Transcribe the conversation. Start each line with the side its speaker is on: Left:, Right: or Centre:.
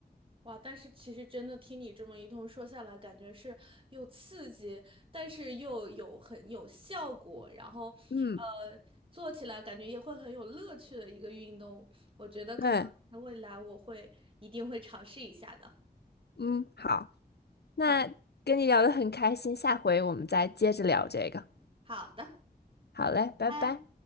Right: 哇，但是其实真的听你这么一通说下来，感觉是又刺激，但是又有很有效果，然后呃做起来感觉也会很有乐趣的一个运动。
Left: 嗯，
Right: 我觉得可能在未来我会一定会尝试一下的。
Left: 对，嗯，好，那跟你聊的很开心，
Right: 好，
Left: 下回我们再接着聊这个。
Right: 好的。
Left: 好嘞，拜拜。
Right: 拜。